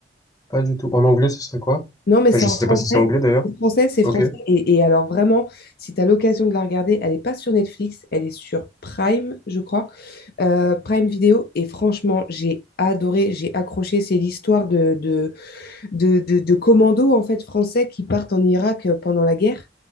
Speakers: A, on the left; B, on the left.
A: Pas du tout. En anglais, ce serait quoi?
B: Non, mais
A: Enfin,
B: c'est
A: je
B: en
A: sais
B: français.
A: pas si c'est anglais d'ailleurs.
B: C'est français, c'est
A: Ok.
B: français. Et, et alors, vraiment, si tu as l'occasion de la regarder, elle n'est pas sur Netflix, elle est sur Prime, je crois, euh, Prime Vidéo. Et franchement, j'ai adoré, j'ai accroché. C'est l'histoire de, de de, de, de commandos en fait français qui partent en Irak euh, pendant la guerre